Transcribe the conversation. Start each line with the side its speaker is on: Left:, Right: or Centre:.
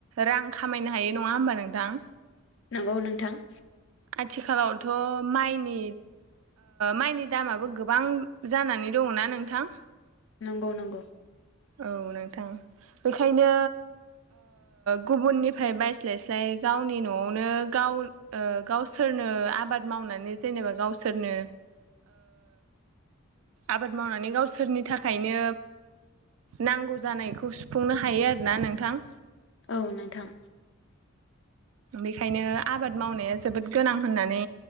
Right: रां खामायनो हायो नङा होमबा नोंथां
Left: नंगौ नोंथां
Right: आथिखालावथ' माइनि माइनि दामाबो गोबां जानानै दङना नोंथां
Left: नंगौ नंगौ
Right: औ नोंथां बेखायनो गुबुननिफ्राय बायस्लायस्लाय गावनि न'आवनो गाव गावसोरनो आबाद मावनानै जेनेबा गावसोरनो आबाद मावनानै गावसोरनि थाखायनो नांगौ जानायखौ सुफुंनो हायो आरोना नोंथां
Left: औ नोंथां।
Right: बेखायनो आबाद मावनाया जोबोद गोनां होननानै